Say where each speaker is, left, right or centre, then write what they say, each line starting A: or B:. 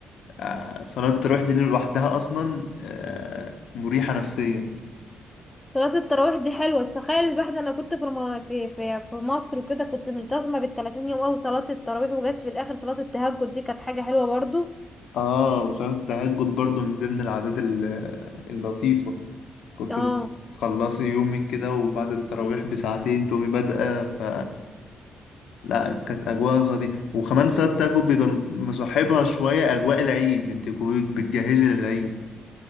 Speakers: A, on the left; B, on the left.
A: آه، صلاة التراويح دي لوحدها اصلا آه، مريحة نفسيا
B: صلاة التراويح دي حلوة تخيل الواحد انا كنت في رم... في في في مصر وكده كنت ملتزمة بالتلاتين يوم اوي صلاة التراويح وجت في الاخر صلاة التهجد دي كانت حاجة حلوة برضو
A: اه وصلاة التهجد برضو من ضمن العادات ال- اللطيفة كنت
B: اه
A: بتخلصي يومك كده وبعد التراويح بساعتين تقومي بادئة ف لا كانت أجواء خطيرة وكمان ساعات تجربة بيبقى مصاحبها شوية أجواء العيد انت كنت بتجهزي للعيد